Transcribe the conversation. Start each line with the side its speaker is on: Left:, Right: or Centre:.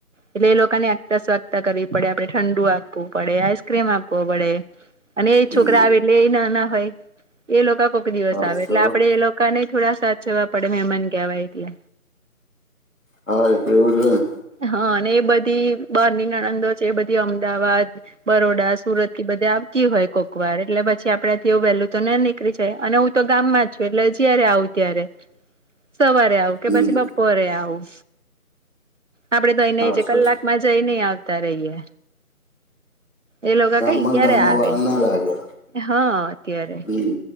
Right: એટલે એ લોકોને આગતા સ્વાગતા કરવી પડે આપણે ઠંડુ આપવું પડે, આઈસ્ક્રીમ આપવો પડે. અને એ
Left: હમ
Right: છોકરા આવે એટલે એ નાના હોય એ લોકા કોક દિવસ
Left: સાતસો
Right: આવે એટલે આપડે એ લોક કા ને થોડા સાચવવા પડે મહેમાન કે આવે એટલે
Left: હા એ તો એવું જ હોય ન.
Right: હા અને એ બધી બારની નણંદો છે એ બધી અમદાવાદ બરોડા, સુરતથી બધે આવતી હોય કોકવાર એટલે પછી આપડે થી એવું વહેલું તો ન નીક નીકળી જાય અને હું તો ગામમાં જ છું એટલે જયારે આવું ત્યારે સવારે આવું. કે
Left: હમ
Right: પછી બપોરે આવું. આપડે તો અઈને
Left: હાસો
Right: છે કલાકમાં જઈને આવતા રહીએ. એ લોકો
Left: ગામમાં
Right: કઈ ક્યારે
Left: ન ગામમાં
Right: આવે
Left: વાર ના લાગે
Right: હા અત્યારે.
Left: હમ